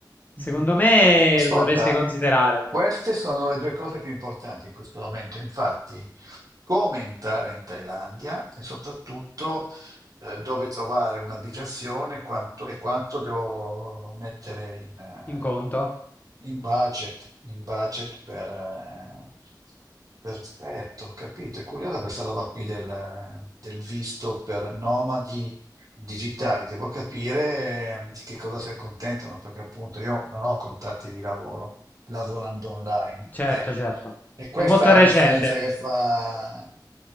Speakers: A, on the left; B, on the right.
A: Secondo
B: Mm.
A: me
B: Ascolta,
A: lo dovresti considerare
B: queste sono le due cose più importanti in questo momento, infatti, come entrare in Thailandia e soprattutto eh, dove trovare un'abitazione quanto- e quanto devo mettere in, eh,
A: in conto.
B: in budget, in budget per... eh, Perfetto, ho capito. È curiosa questa roba qui del, del visto per nomadi digitali, devo capire eh, di che cosa si accontentano, perché appunto io non ho contratti di lavoro, lavorando online.
A: Certo,
B: Eh,
A: certo.
B: E questa
A: È molto
B: è
A: recente.
B: la differenza che fa.